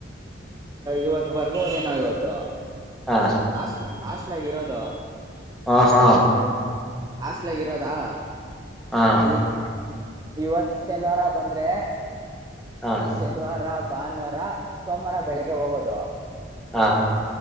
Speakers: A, on the right; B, in the centre.
A: ಇವತ್ತು ಬರ್ಬೋದೇನ ಇವತ್ತು
B: ಹಾ
A: ಅಷ್ಟ ಅಷ್ಟ. ಇರೋದು.
B: ಹ ಹಾ.
A: ಹಾಸ್ಲ್ ಆಗ ಇರೋದಾ.
B: ಹಾ
A: ಇಲ್ ಇವತ್ ಶನಿವಾರ ಬಂದ್ರೆ
B: ಹಾ
A: ಶನಿವಾರ. ಭಾನುವಾರ ಸೋಮವಾರ ಬೆಳಿಗ್ಗೆ ಹೋಗೋದು.
B: ಹಾ